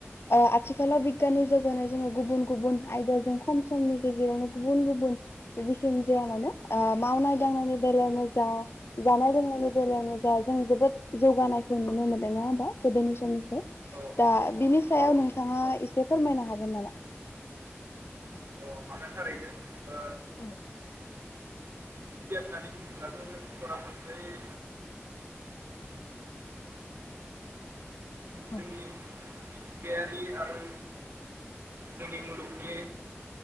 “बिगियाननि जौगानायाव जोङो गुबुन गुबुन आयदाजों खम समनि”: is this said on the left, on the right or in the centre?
Left